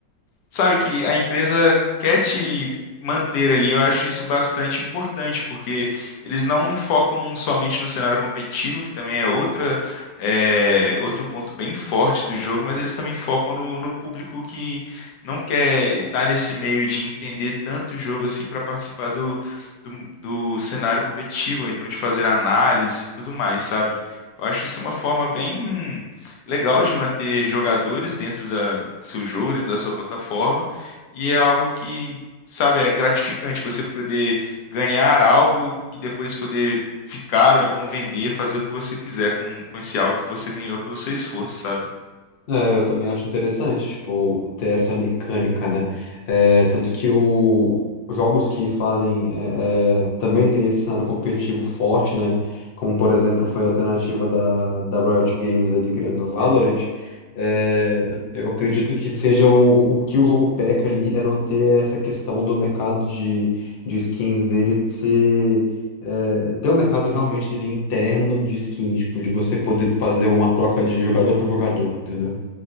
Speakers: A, on the left (about 75°); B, on the left (about 50°).
A: sabe, que a empresa quer te manter ali. Eu acho isso bastante importante, porque eles não focam somente no cenário competitivo, que também é outra, é, outro ponto bem forte do jogo, mas eles também focam no, no público que não quer estar nesse meio de entender tanto o jogo assim para participar do, do, do cenário competitivo, ou então de fazer análise e tudo mais, sabe? Eu acho isso uma forma bem legal de manter jogadores dentro da, do seu jogo, dentro da sua plataforma, e é algo que, sabe, é gratificante você poder ganhar algo e depois poder ficar ou então vender, fazer o que você quiser com, com esse algo que você ganhou pelo seu esforço, sabe?
B: É, eu também acho interessante, tipo, ter essa mecânica, né? É, tanto que o, os jogos que fazem é, é, também tem esse cenário competitivo forte, né? Como, por exemplo, foi a alternativa da, da Riot Games ali criando o Valorant. É, eu, eu acredito que seja o, o que o jogo peca ali é não ter essa questão do mercado de, de skins dele ser. é, ter um mercado realmente ali interno de skins, tipo, de você poder fazer uma troca de jogador para jogador, entendeu?